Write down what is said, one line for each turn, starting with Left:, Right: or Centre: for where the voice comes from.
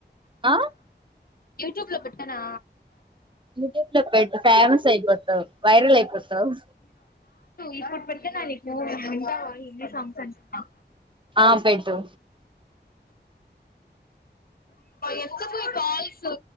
Right: ఆ
Left: యూట్యూబ్ లో పెట్టనా
Right: యూట్యూబ్ లో పెట్ ఫేమస్ అయిపోతావు్ వైరల్ అయిపోతావు్
Left: ఇప్పుడు పెట్టతే నాది ఫోన్ వింటావా హిందీ సాంగ్స్ ఏ
Right: ఆ పెట్టు
Left: ఎందుకు ఈ కాల్స్ సు